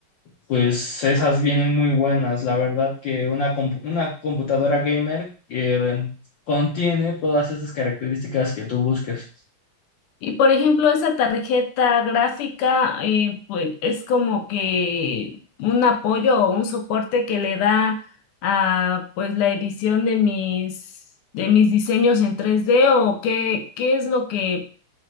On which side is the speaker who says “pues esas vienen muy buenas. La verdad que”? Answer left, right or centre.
Left